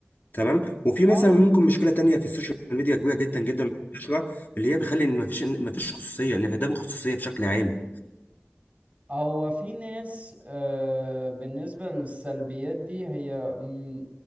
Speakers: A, on the left; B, on the right.
A: تمام وفي مثلا
B: اه
A: ممكن مشكله تانية في السوشيال ميديا كبيره جدا جدا منتشره اللي هي بتخلي ان مفيش إن مفيش خصوصيه انعدام الخصوصيه بشكل عام
B: هو في ناس آه، بالنسبة للسلبيات دي هي م-